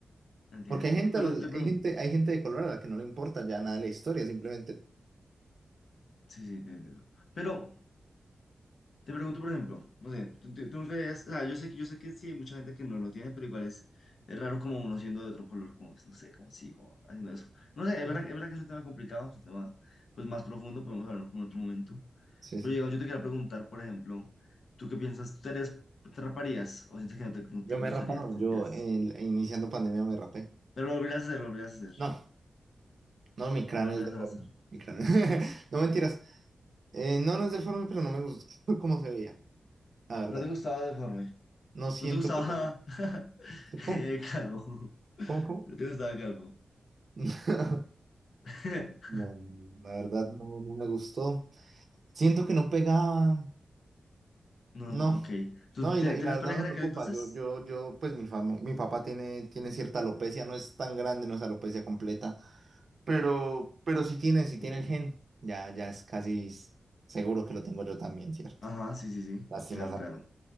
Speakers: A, on the left (about 70°); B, on the right (about 55°).
A: Entiendo,
B: Porque hay
A: entiendo.
B: gente,
A: Pero
B: al-
A: te pregunto,
B: hay gente, hay gente de color a la que no le importa ya nada la historia, simplemente.
A: sí, sí, te entiendo. Pero Te pregunto, por ejemplo, no sé, tú, tú- tú creías- o sea, yo sé que, yo sé que sí, hay mucha gente que no lo tiene, pero igual es, es raro como uno siendo de otro color, como, no sé, como así, como haciendo eso. No sé, es
B: Sí,
A: verdad, es verdad que es un tema complicado, es un tema pues más profundo, podemos hablarlo como en otro momento.
B: sí.
A: Pero
B: sí.
A: digamos, yo te quería preguntar, por ejemplo, ¿tú qué piensas? ¿Tú te harías- te raparías? ¿O sientes que no te, no
B: Yo
A: te
B: me
A: gustaría?
B: he rapado,
A: Te-
B: yo
A: te-
B: en- iniciando pandemia me rapé.
A: Pero lo volverías a hacer, lo volverías a hacer,
B: No, no, mi cráneo
A: no lo volverías
B: es deforme.
A: a hacer.
B: Mi cráneo. <laughs> No mentiras. Eh, no, no es deforme, pero no me gusta <laughs> cómo se veía, la verdad.
A: No te gustaba deforme,
B: No siento
A: no te gustaba
B: que tenga.
A: <laughs>
B: ¿Cómo?
A: eh, calvo, <laughs>
B: ¿Cómo, cómo?
A: no te gustaba calvo.
B: <laughs>
A: <laughs>
B: No, la verdad no, no me gustó. Siento que no pegaba.
A: No,
B: No,
A: n- ok. ¿Tú
B: no, y
A: te-
B: la, y
A: tenías
B: la verdad
A: pareja
B: me
A: en
B: preocupa.
A: aquel entonces?
B: Yo, yo, yo, pues mi fami- mi papá tiene, tiene cierta alopecia, no es tan grande, no es alopecia completa, pero, pero sí tiene,
A: Ok.
B: sí tiene el gen. Ya, ya es casi s- seguro que lo tengo yo también, ¿cierto?
A: Ajá, sí, sí, sí.
B: Lastimosa.
A: Claro, claro.